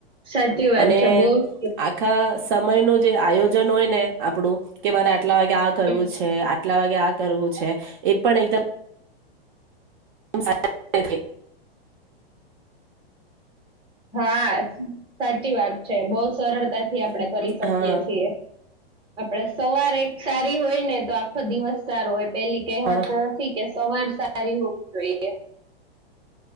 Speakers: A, on the right (about 15°); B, on the right (about 50°).
A: સાચી વાત
B: અને
A: છે બહ છે,
B: આખા સમયનું આયોજન હોય ને આપડું કે મારે લાગ ક્યાં કરવું
A: હમ
B: છે, કેટલા વાગે આ કરવું છે, એ પણ એકદમ હ સા કર થ
A: હા, સાચી વાત છે, બહ સરતાથી આપણે કરી શકીએ
B: હા
A: છીએ, આપ સવારે હોય ને તો આ આખો દિવસ સારો હો પેલી કહેવાત
B: હા
A: નથી, કે સવાર સારી હોવીું જોઈએ,